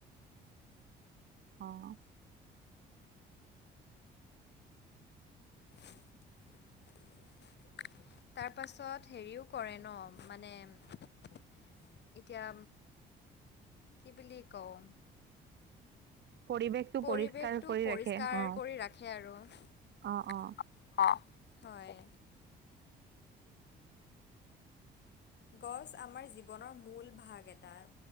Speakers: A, on the right; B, on the left.
A: অঁ।
B: <unintelligible> তাৰপাছত হেৰিও কৰে ন মানে- এতিয়া কি বুলি কওঁ?
A: পৰিৱেশটো
B: পৰিৱেশটো
A: পৰিষ্কাৰ কৰি
B: পৰিষ্কাৰ
A: ৰাখে অ
B: কৰি ৰাখে আৰু। অঁ,
A: অ অ
B: হয়। গছ আমাৰ জীৱনৰ মূল ভাগ এটা,